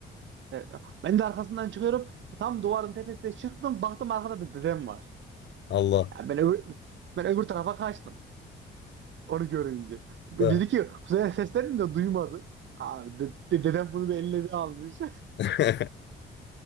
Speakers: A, on the right (about 70°); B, on the left (about 60°).
A: E, Ben de arkasından çıkıyorum. Tam duvarın tepesine çıktım, baktım arkada da dedem var.
B: Allah.
A: Yani ben öbür, ben öbür tarafa kaçtım. Onu görünce. Dedi
B: Tamam.
A: ki kuzeye seslerini de duymadı. Abi de- de- dedem bunu bir eline bir almış.
B: <laughs>